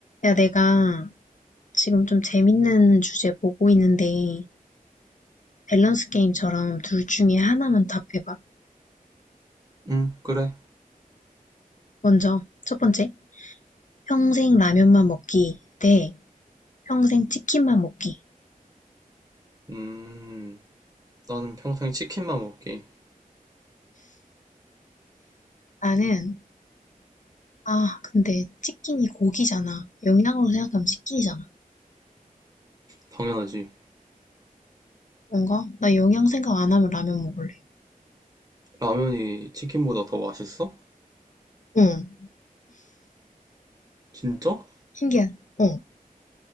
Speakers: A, on the left (about 60°); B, on the right (about 25°).
A: 야, 내가 지금 좀 재밌는 주제 보고 있는데, 밸런스 게임처럼 둘 중에 하나만 답해봐.
B: 음, 그래.
A: 먼저, 첫 번째, 평생 라면만 먹기 대 평생 치킨만 먹기.
B: 음, 나는 평생 치킨만 먹기.
A: 나는, 아, 근데 치킨이 고기잖아. 영양으로 생각하면 치킨이잖아.
B: 당연하지.
A: 뭔가? 나 영양 생각 안 하면 라면 먹을래.
B: 라면이 치킨보다 더 맛있어?
A: 응,
B: 진짜?
A: 신기하, 어,